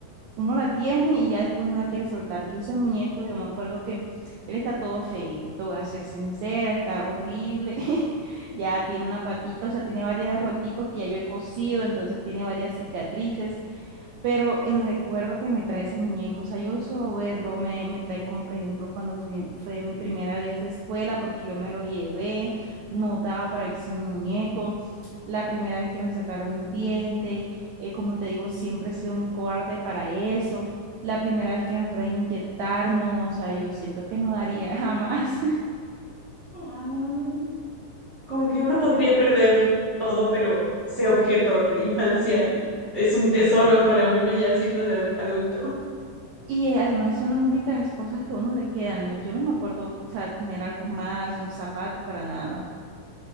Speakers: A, on the right; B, on the right.
A: uno la tiene y ya después no la quiere soltar. Yo ese muñeco, yo me acuerdo que él está todo feíto, te voy a ser sincera, está horrible, <laughs> ya tiene una patica, o sea, tiene varias roticos que ya yo he cosido, entonces tiene varias cicatrices, pero el recuerdo que me trae ese muñeco, o sea, yo solo verlo me, me trae como, por ejemplo, cuando fui- fue mi primera vez de escuela, porque yo me lo llevé, no daba para ir sin mi muñeco, la primera vez que me sacaron un diente, eh, como te digo, siempre he sido muy cobarde para eso, la primera vez que me fueron a inyectar, no, o sea, yo siento que no daría <laughs> jamás.
B: Ay. Como que uno podría perder todo, pero ese objeto de la infancia es un tesoro
A: No.
B: para uno ya siendo de adu- adulto.
A: Y eh, además son las únicas cosas que a uno le quedan, ¿no? Yo no me acuerdo, o sea, tener algo más, un zapato para nada.